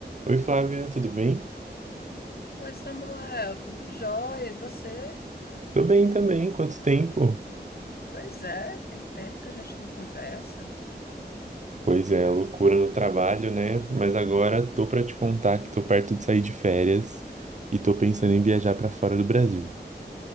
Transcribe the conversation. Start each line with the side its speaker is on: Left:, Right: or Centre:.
Right: Oi, Flávia, tudo bem?
Left: Oi, Samuel, tudo jóia? E você?
Right: Tô bem também, quanto tempo?
Left: Pois é, tem tempo que a gente não conversa.
Right: Pois é, loucura no trabalho, né? Mas agora tô pra te contar que tô perto de sair de férias e tô pensando em viajar pra fora do Brasil.